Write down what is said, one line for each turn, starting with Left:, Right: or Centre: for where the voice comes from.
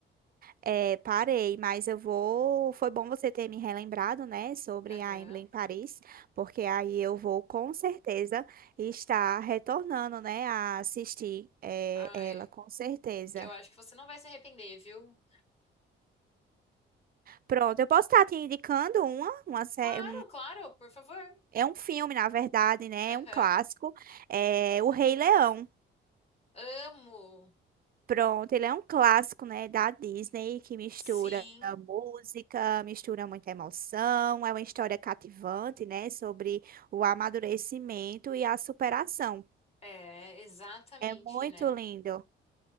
Right: É, parei, mas eu vou. Foi bom você ter me relembrado, né, sobre
Left: Aham.
Right: a Emily em Paris, porque aí eu vou com certeza estar retornando, né, a assistir é,
Left: Ai,
Right: ela, com certeza.
Left: eu acho que você não vai se arrepender, viu?
Right: Pronto, eu posso estar te indicando uma, uma série.
Left: Claro, claro, por favor.
Right: É um filme, na verdade, né?
Left: Aham.
Right: É um clássico. É O Rei Leão.
Left: Amo.
Right: Pronto, ele é um clássico, né, da Disney que mistura
Left: Sim.
Right: música, mistura muita emoção, é uma história cativante, né, sobre o amadurecimento e a superação.
Left: É, exatamente,
Right: É muito
Left: né?
Right: lindo.